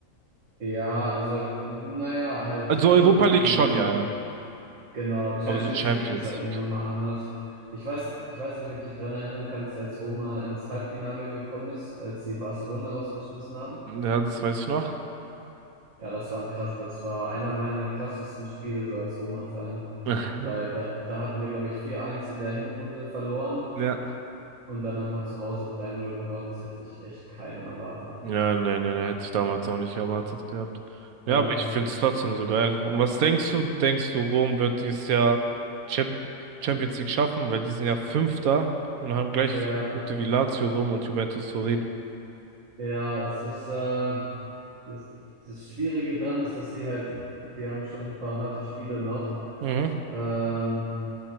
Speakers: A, on the right; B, on the right.
A: Ja, also, naja, halt
B: Also
A: schon
B: Europa League
A: in,
B: schon,
A: in
B: ja, ja.
A: genau, Champions
B: Aber so Champions
A: League ist halt nochmal
B: League.
A: anders. Ich weiß, ich weiß nicht, ob du dich dran erinnern kannst, als Roma ins Halbfinale gekommen ist, als sie Barcelona rausgeschmissen haben.
B: Ja, das weiß ich noch.
A: Ja, das war ein krass, das war einer meiner krassesten Spiele so als Roma-Fan,
B: <laughs>
A: weil da, da hatten wir, glaube ich, vier eins in der Hinrunde verloren
B: Ja.
A: und dann einfach zu Hause drei null gewonnen. Das hätte sich echt keiner erwartet.
B: Ja, nee, nee, nee, hätte ich damals auch nicht erwartet gehabt. Ja,
A: Ja,
B: aber ich find's trotzdem so geil. Und was denkst du, denkst du, Rom wird dieses Jahr Champ Champions League schaffen? Weil die sind ja Fünfter und haben gleich
A: ja,
B: viele Punkte wie Lazio, Rom und Juventus Turin.
A: ja, es ist, äh, Das, das Schwierige dran ist, dass die halt, die haben schon ein paar harte Spiele noch,
B: Mhm,
A: ähm,